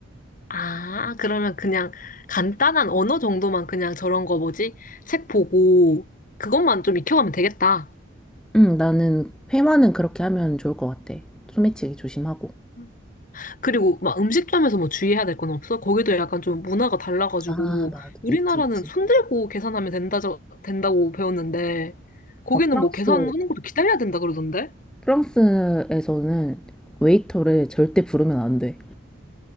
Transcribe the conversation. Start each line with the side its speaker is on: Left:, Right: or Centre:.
Left: 아, 그러면 그냥 간단한 언어 정도만 그냥 저런 거 뭐지? 책 보고 그것만 좀 익혀가면 되겠다.
Centre: 음, 나는 회화는 그렇게 하면 좋을 것 같아. 소매치기 조심하고.
Left: 음. 그리고 막 음식점에서 뭐 주의해야 될 건 없어? 거기도 약간 좀 문화가 달라가지고
Centre: 아, 맞아.
Left: 우리나라는
Centre: 있지, 있지.
Left: 손 들고 계산하면 된다, 된다고 배웠는데 거기는
Centre: 어, 프랑스,
Left: 뭐 계산하는 것도 기다려야 된다 그러던데?
Centre: 프랑스에서는 웨이터를 절대 부르면 안 돼.